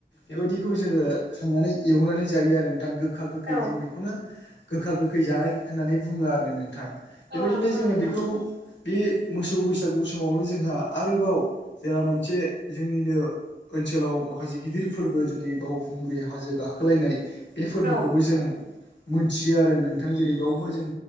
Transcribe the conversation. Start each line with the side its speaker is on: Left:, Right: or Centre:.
Left: बेबायदिखौबो जोङो खांनानै एवनानै जायो आरो नोंथां गोखा गोखै
Right: औ
Left: जों बेखौनो गोखा गोखै जानाय होननानै बुङो आरो नोंथां बेबायदिनो
Right: औ नंगौ
Left: जोङो
Right: नोंथां
Left: बेखौ बे मोसौ <unintelligible> बैसागु समावनो जोंहा आरोबाव जेला मोनसे जोंनिनो ओनसोलाव माखासे गिदिर फोरबो जेरै बावखुंग्रि हाजो गाखोलायनाय बे फोरबोखौबो
Right: औ
Left: जों मोनथियो आरो नोंथां जेरैबावबो जों